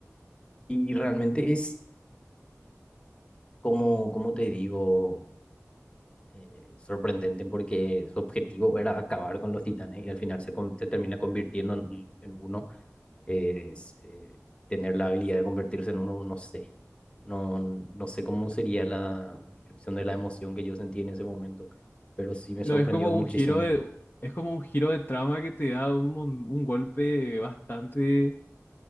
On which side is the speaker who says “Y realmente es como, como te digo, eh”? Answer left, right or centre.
Left